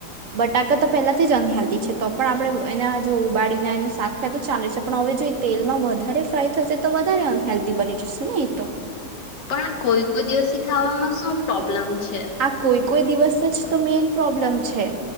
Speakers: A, on the right; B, on the left.
A: બટાકા તો પેલાથી જ ઉનહલ્દી છે તો પણ આપડે એને અ જો ઉબાડીને એન શાક ખાએ તો ચાલે છે પણ હવે જો એ તેલમાં વધારે ફ્રાય થશે તો વધારે અનહેલ્ધી બની જશે ને એ તો.
B: પણ કોઈ કોઈ દિવસે ખાવામાં શું પ્રોબ્લેમ છે.
A: આ કોઈ કોઈ દિવસ જ તો મેઈન પ્રોબ્લેમ છે.